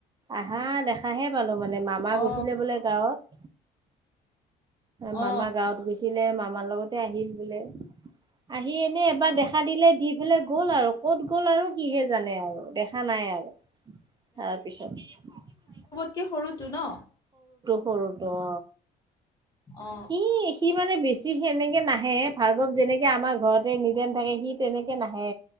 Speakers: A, on the right; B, on the left.
A: আহা দেখাহে পালো মানে মামা
B: অ
A: গৈছিলে বোলে গাঁৱত। মামা
B: অ
A: গাঁৱত গৈছিলে, মামাৰ লগতে আহিল বোলে। আহি এনে এবাৰ দেখা দিলে দি পেলাই গ'ল আৰু ক'ত গ'ল আৰু? কিহে জানে আৰু দেখা নাই আৰু তাৰ পিছত।
B: সেই সৰুটো ন?
A: সৰুটো অ।
B: অ।
A: সি সি মানে বেছি সেনেকে নাহে ভাৰগব যেনেক আমাৰ ঘৰতে নিদেম থাকে সি তেনেকে নাহে।